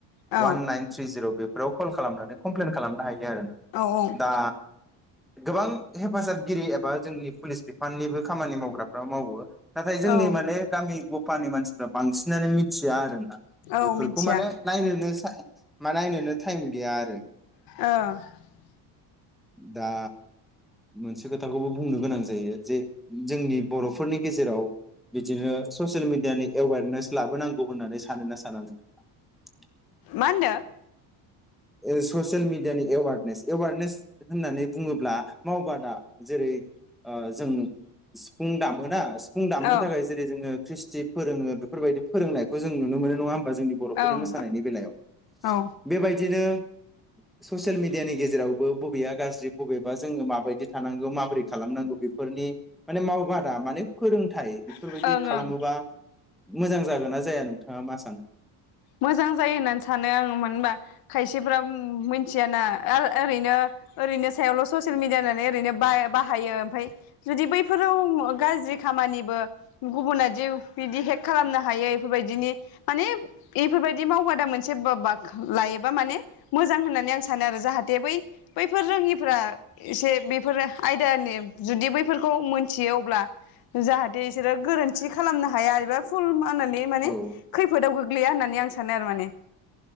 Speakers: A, on the left; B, in the centre.
A: औ
B: वान नाइन थ्रि जिर बे। बेफोराव कल खालामनानै कमप्लेन खालामनो हायो। आरोना
A: औ
B: दा। गोबां हेफाजाबगिरि एबा जोंनि। पुलिस बिफाननिबो खामानि मावग्राफ्रा मावो। नाथाय जोंनि
A: औ
B: माने गामि। गफानि मानसिफ्रा बांसिनानो मिथिया आरो।
A: औ औ
B: बेफोरखौ
A: मिथिया
B: माने नायनोनो सा। मा नायनोनो टाइम गैया आरो।
A: औ।
B: दा मोनसे खोथाखौबो बुंनो गोनां। जायो जे जोंनि बर'फोरनि गेजेराव। बिदिनो ससियेल मिडियानि एवेरनेस लाबोनांगौ होननानै सानोना साना नोंथाङा।
A: मा होनदों
B: ससियेल मिडियानि एवारनेस एवारनेस होननानै बुङोब्ला मावबादा जेरै ओ जों सिफुं दामोना फुं दामनो
A: औ ओं
B: थाखाय जेरै जोङो ख्रिस्टि फोरोङो बेफोरबायदि फोरोंनायखौ जों नुनो मोनो नङा हो बा जोंनि बर'फोरनि
A: ओं
B: मोसानायनि बेलायाव
A: औ
B: बेबाय बेबाय दिनो ससियेल मिडियानि गेजेरावबो बबेया गाज्रि बबेबा जोङो माबादि थानांगौ माब्रै खालामनांगौ बेफोरनि माने मावबादा माने फोरोंथाइ बेफोरबायदि
A: ओं
B: खालामोबा
A: ओं
B: मोजां जागोन ना जाया नोंथाङा मा सानो?
A: मोजां जायो होननानै सानो आङो मानो होनबा खायसेफ्रा मोनथियाना आ-ओरैनो ओरैनो सायावल ससियेल मिडिया होननानै ओरैनो बा-बाहायो ओमफाय जुदि बैफोराव गाज्रि खामानिबो गुबुनादि बिदि हेक खालामनो हायो इफोरबायदिनि माने इफोरबाय दि मावबादा मोनसे <unintelligible> बा माने मोजां होननानै आं सानो आरो जाहाथे बै बैफोर रोङिफोरा एसे बेफोर आयदानि जुदि बैफोरखौ मोनथियो अब्ला जाहाथे बिसोरो गोरोन्थि खालामनो हाया एबा फुल नानै माने
B: औ
A: खैफोदाव गो गोग्लैया होननानै आं सानो आरो माने।